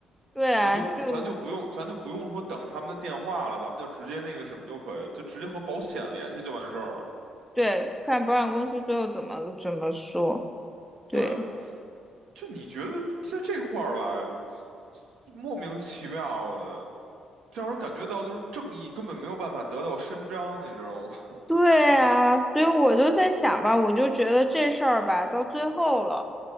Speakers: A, in the centre; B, on the right.
A: 对啊，
B: 咱就不咱就不用咱就不用说等他们的电话了，
A: 就
B: 咱们就直接那个什么就可以了就直接和保险联系就完事儿了。
A: 对，看保险公司最后怎么怎么说。对，
B: 对，我就你觉得在这块儿吧，莫名其妙的，让人感觉到就是正义根本没有办法得到伸张，你知道吗？<laughs>
A: 对啊，所以我就在想吧，我就觉得这事儿吧，到最后了，